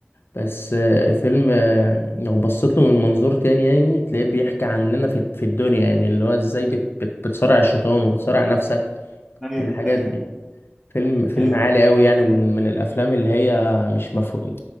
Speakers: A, on the left; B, in the centre.
A: بس آه، فيلم آه، لو بصيت له من منظور تاني يعني تلاقيه بيحكي عننا في في الدنيا يعني اللي هو ازاي بت بت بتصارع الشيطان وبتصارع نفسك
B: ايوه
A: والحاجات
B: ايوه
A: دي فيلم فيلم
B: ايوه
A: عالي قوي يعني من من الافلام اللي هي مش مفهوم